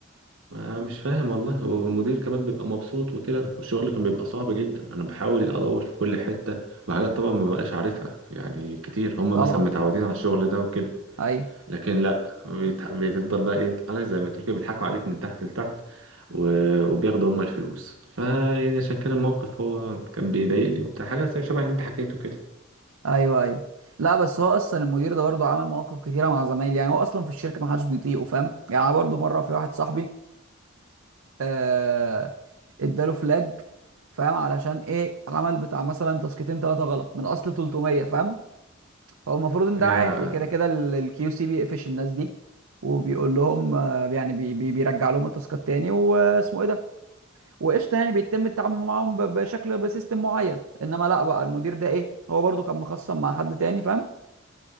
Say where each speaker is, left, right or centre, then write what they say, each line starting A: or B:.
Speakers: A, on the right; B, on the right.
A: أنا مش فاهم والله والمدير كمان بيبقى مبسوط وكده والشغل كان بيبقى صعب جدا انا بحاول ادور في كل حتة وحاجات طبعا ما بقاش عارفها يعني كتير هم
B: طبعا
A: مثلا متعودين على الشغل ده وكده
B: أيوه
A: لكن لا بيتح- بتفضل بقى ايه عارف زي ما تقول كده بيضحكوا عليك من تحت لتحت و- وبياخدوا هم الفلوس فيعني عشان كده الموقف هو كان بيضايقني وبتاع حاجه زي شبه اللي انت حكيته كده
B: ايوه ايوه لا بس هو اصلا المدير ده برضه عمل مواقف كتيره مع زمايلي يعني هو اصلا في الشركه ما حدش بيطيقه فاهم يعني انا برضه مره في واحد صاحبي آه اداله فلاج فاهم علشان ايه عمل بتاع مثلا تاسكتين ثلاثه غلط من اصل 300 فاهم هو المفروض ان
A: يعني
B: ده عادي كده كده الكيو سي بيقفش الناس دي وبيقول لهم آه، يعني بي بي بيرجع لهم التاسكات تاني واسمه ايه ده وقشطه يعني بيتم التعامل معاهم ب- بشكل بسيستم معين انما لا بقى المدير ده ايه هو برضه كان مخصم مع حد تاني فاهم